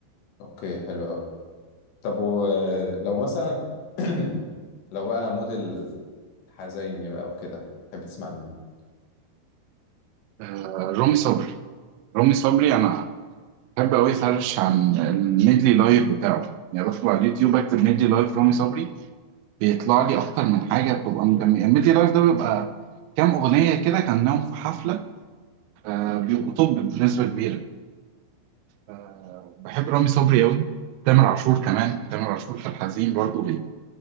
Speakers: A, on the left; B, on the right.
A: اوكي حلو قوي طب ولو مثلا <clears throat> لو بقى موديل حزيني بقى وكده تحب تسمع لمين
B: آه رامي صبري رامي صبري انا بحب قوي سيرش عن الميدلي لايف بتاعه يعني بدخل على اليوتيوب اكتب ميدلي لايف رامي صبري بيطلع لي اكتر من حاجه بتبقى مجمع ميدي لايف ده بيبقى كام اغنيه كده كانهم في حفله آه بيبقوا طب بنسبه كبيره آه بحب رامي صبري قوي تامر عاشور كمان تامر عاشور في الحزين برضه بي-